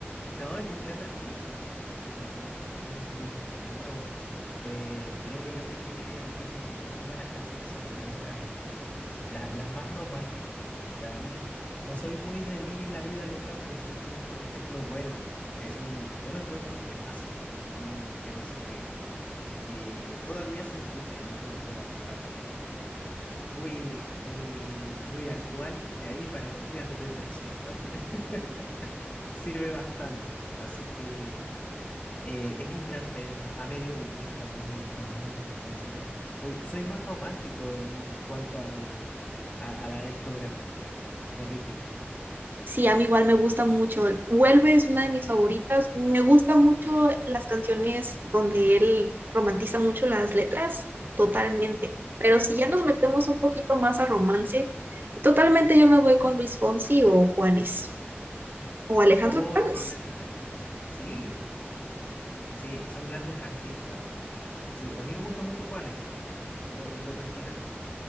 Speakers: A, on the left; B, on the right.
A: No, es un gran artista, es un, un- un gran artista. De hecho, eh, creo yo que tiene, tiene muy buenas canciones, sobre todo las, las, las más románticas. O sea, a mí no soy muy de Living la Vida Loca, pero sí me gusta, por ejemplo, Vuelve. Es un, yo lo encuentro un temazo, un temazo que, que todavía se escucha. Yo lo encuentro hasta muy, muy, muy actual. Y ahí para los días de depresión también <laughs> sirve bastante. Así que... Eh, es un gran tema. A medio vivir también me gusta mucho, entonces soy, soy más romántico en, en cuanto a, lo, a, a la discografía de Ricky.
B: Sí, a mí igual me gusta mucho. Vuelve es una de mis favoritas. Me gustan mucho las canciones donde él romantiza mucho las letras, totalmente. Pero si ya nos metemos un poquito más a romance, totalmente yo me voy con Luis Fonsi o Juanes o Alejandro
A: ¡Oh,
B: Sanz.
A: qué grandes artistas! Sí, sí, son grandes artistas. Sí, a mí me gusta mucho Juanes, en lo, en lo personal.